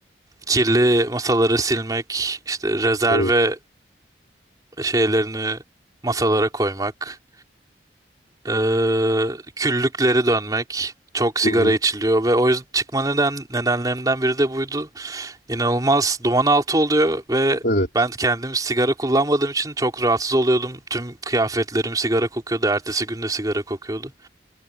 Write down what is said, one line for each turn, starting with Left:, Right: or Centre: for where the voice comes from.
Right: kirli masaları silmek, işte rezerve
Left: Evet.
Right: şeylerini masalara koymak. Ee, küllükleri dönmek. Çok sigara
Left: Hı hı.
Right: içiliyor ve o yüzden çıkma neden nedenlerimden biri de buydu. İnanılmaz duman altı oluyor ve
Left: Evet.
Right: ben kendim sigara kullanmadığım için çok rahatsız oluyordum. Tüm kıyafetlerim sigara kokuyordu. Ertesi gün de sigara kokuyordu.